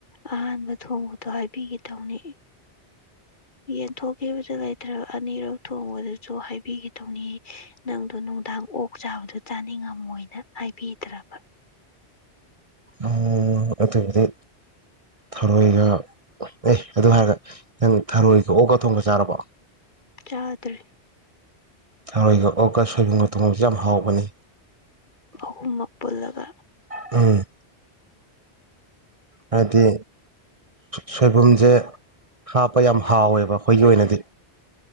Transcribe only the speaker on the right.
ꯎꯝ ꯑꯗꯨꯗꯤ ꯊꯔꯣꯏꯒ ꯑꯦ ꯑꯗꯨ ꯍꯥꯏꯔꯒ ꯅꯪ ꯊꯔꯣꯏꯒ ꯑꯣꯛꯒ ꯊꯣꯡꯕ ꯆꯥꯔꯕꯣ
ꯊꯔꯣꯏꯒꯑꯒ ꯁꯣꯏꯕꯨꯝꯅ ꯊꯣꯡꯕꯁ ꯌꯥꯝ ꯍꯥꯎꯕꯅꯤ
ꯎꯝ ꯍꯥꯏꯗꯤ ꯁꯣꯏꯕꯨꯝꯁꯦ ꯍꯥꯞꯄ ꯌꯥꯝ ꯍꯥꯎꯋꯦꯕ ꯑꯩꯈꯣꯏꯒꯤ ꯑꯣꯏꯅꯗꯤ